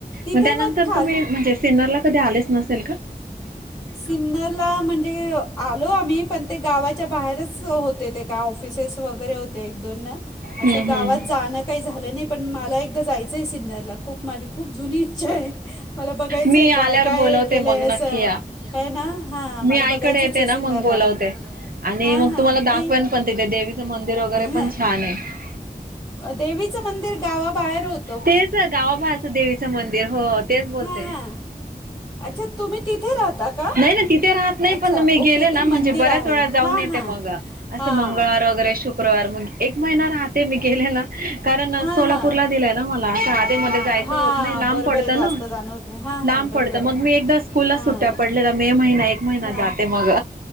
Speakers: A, on the left (about 25°); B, on the right (about 65°).
A: तिथे
B: म त्यानंतर
A: खूप मग खाली
B: तुम्ही
A: बघण्यासारखं
B: म्हणजे सिन्नरला कधी आलेच नस तेलका?
A: सिन्नर ला म्हणजे अ आलो आम्ही, पण ते गावाच्या बाहेरच होते, ते काय ऑफिसेस वगेरे होते एक दोनना. असं
B: हम्म
A: गावात
B: हम्म
A: जाणं कायी झालं नाही, पण मला एकदा जायचंय आहे सिन्नरला, खूप माझी खूप जुनी इच्छाय. अह्ह ह्हअ, मला बघायचंय,
B: मी आल्यावर
A: काय काय
B: बोलवते
A: हे केलंय
B: मग
A: असं.
B: नक्की
A: या, होय ना? हा
B: मी
A: मला
B: आईकडे
A: बघायचंचय
B: येते ना
A: सिन्नरला.
B: बोलवते
A: <inaudible> मग बोलावते.
B: आणि
A: हा
B: मग
A: हा,
B: तुम्हाला
A: नाई.
B: दाखवेन
A: <inaudible> तुम्हाला दाखवेल
B: तिथे देवीचं
A: पण ते <inaudible>
B: मंदिर वगैरे
A: छानय. हं.
B: पण छान आहे
A: अ देवीचं मंदिर गावाबाहेर होत
B: तेचं, गावाभाहेचं देवीचं मंदिर, हो तेच बोलते
A: हां हां
B: मी.
A: अच्छा तुम्ही तिथे राहता का
B: नाही ना, तिथे राहत नाही,
A: अच्छा
B: पण मी
A: ओके
B: गेले ना
A: ते
B: म्हणजे
A: मंदिर
B: बऱ्याच
A: आहे
B: वेळा जाऊन
A: हां
B: येते
A: हां
B: मग. असं
A: हां
B: मंगळवार वगैरे शुक्रवार मग, एक महिना राहते मी गेले ना, कारण
A: हां
B: सोलापूरला
A: हां
B: दिलंय ना मला, आता आधी मध्ये
A: हां
B: जायचं
A: हां
B: होत नाही लांब
A: बरोबर
B: पडतं
A: आहे जास्त
B: ना.
A: जाणं होत नाही हां
B: लांब
A: हां बरोबर
B: पडत मग
A: आहे
B: मी एकदा स्कूल
A: हां
B: सुट्ट्या पडलेला मे महिना एक महिना
A: हां
B: जाते मग.